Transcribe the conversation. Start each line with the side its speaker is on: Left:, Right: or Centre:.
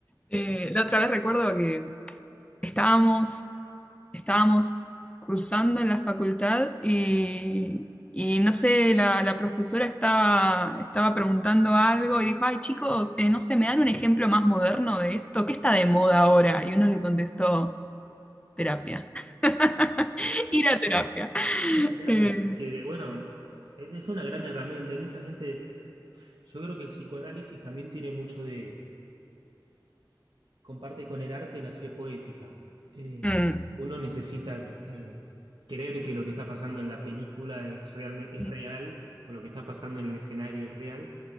Left: Eh, la otra vez recuerdo que estábamos, estábamos cruzando en la facultad y, y no sé, la, la profesora estaba, estaba preguntando algo y dijo, ay chicos, eh, no sé, ¿me dan un ejemplo más moderno de esto? ¿Qué está de moda ahora? Y uno le contestó, terapia, <laughs> ir a terapia.
Right: La terapia,
Left: Eh,
Right: es que bueno, es, es una gran herramienta. Hay mucha gente, yo creo que el psicoanálisis también tiene mucho de, comparte con el arte la fe poética. Eh,
Left: mm.
Right: uno necesita eh, creer que lo que está pasando en la película es, realme- es
Left: Yo
Right: real o lo que está pasando en el escenario es real.